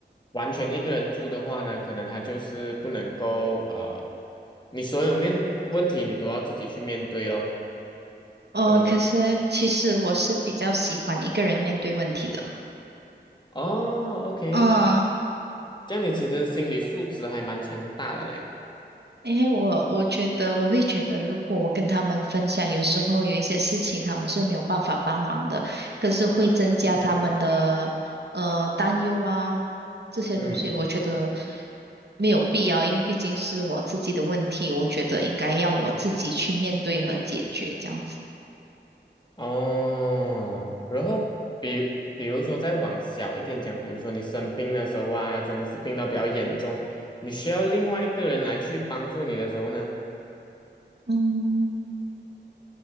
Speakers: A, on the left; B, on the right.
A: 完全一个人住的话呢，可能他就是不能够呃，你所有面问题你都要自己去面对咯，
B: 哦，
A: 对不对？
B: 可是其实我是比较喜欢一个人面对问题的。
A: 哦，OK，
B: 嗯，
A: 这样你其实心理素质还蛮强大的嘞。
B: 因为我我觉得我会觉得，如果我跟他们分享，有时候有一些事情他们是没有办法帮忙的，可是会增加他们的呃担忧啊这些东西，
A: 嗯嗯，
B: 我觉得没有必要，因为毕竟是我自己的问题，我觉得应该要我自己去面对和解决这样子。
A: 哦，然后比比如说再往小一点讲，比如说你生病的时候啊，真的是病到比较严重，你需要另外一个人来去帮助你的时候呢，
B: 嗯。